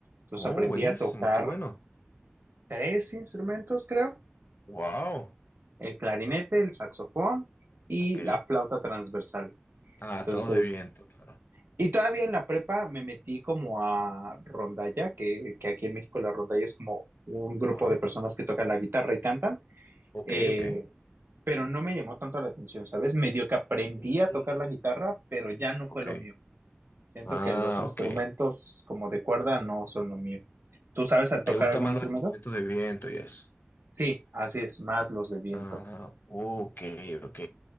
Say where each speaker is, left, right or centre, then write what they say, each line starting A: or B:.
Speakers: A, on the right; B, on the left.
A: entonces
B: Oh,
A: aprendí
B: buenísimo,
A: a tocar
B: qué bueno.
A: tres instrumentos, creo,
B: Wow.
A: el clarinete, el saxofón y
B: Ok.
A: la flauta transversal.
B: Ah,
A: Entonces,
B: todos de viento, claro.
A: Y todavía en la prepa me metí como a rondalla, que, que aquí en México la rondalla es como un grupo
B: Ajá.
A: de personas que tocan la guitarra y cantan,
B: Ok,
A: eh,
B: ok.
A: pero no me llamó tanto la atención, ¿sabes? Medio que aprendí
B: Mm,
A: a tocar la guitarra, pero ya no fue
B: Ok.
A: lo mío. Siento
B: Ah,
A: que los instrumentos
B: ok.
A: como de cuerda no son lo mío. ¿Tú sabes a tocar
B: ¿Te gustan
A: algún
B: más
A: instrumento?
B: los instrumentos de viento y eso?
A: Sí, así es, más los de viento.
B: Ah, ok, ok.